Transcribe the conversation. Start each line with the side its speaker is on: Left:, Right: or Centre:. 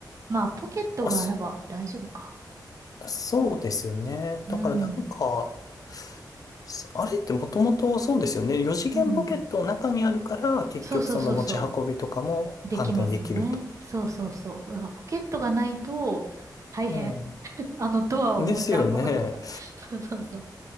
Right: まあ、ポケットがあれば大丈夫か。
Left: あ、そ、そうですよね。
Right: うん。
Left: だからなんか、そあれってもともとそうですよね。4次元ポケットの中にあるから、
Right: うん。
Left: 結局その持ち運びとかも簡単にできると。
Right: そうそうそうそう。できますね。そうそうそう。だからポケットがないと大変。
Left: え
Right: あのドアを持ち運ぶのが。
Left: えですよね。
Right: <laughs> そうそうそう。